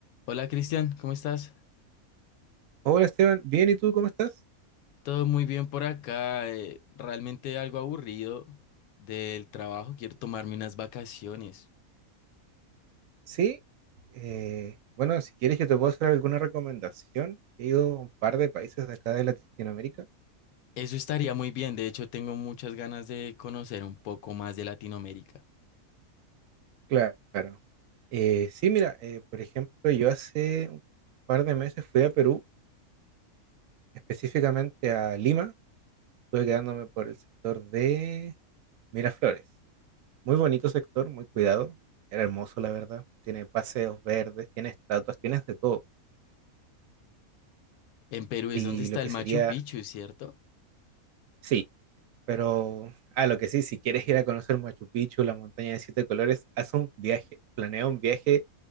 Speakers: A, on the left (about 80°); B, on the right (about 70°).
A: Hola Cristian, ¿cómo estás?
B: Hola Esteban, bien, ¿y tú cómo estás?
A: Todo muy bien por acá. eh, realmente algo aburrido del trabajo. Quiero tomarme unas vacaciones.
B: Sí, eh, bueno, si quieres yo te puedo hacer alguna recomendación. He ido a un par de países de acá de Latinoamérica.
A: Eso estaría muy bien. De hecho, tengo muchas ganas de conocer un poco más de Latinoamérica.
B: Claro. Eh, sí, mira, eh, por ejemplo, yo hace un par de meses fui a Perú, específicamente a Lima. Estuve quedándome por el sector de Miraflores. Muy bonito sector, muy cuidado. Era hermoso, la verdad. Tiene paseos verdes, tiene estatuas, tienes de todo.
A: En Perú es
B: Y
A: donde está
B: lo que
A: el
B: sería...
A: Machu Picchu, ¿cierto?
B: sí. Pero, ah, lo que sí, si quieres ir a conocer Machu Picchu, la montaña de siete colores, haz un viaje, planea un viaje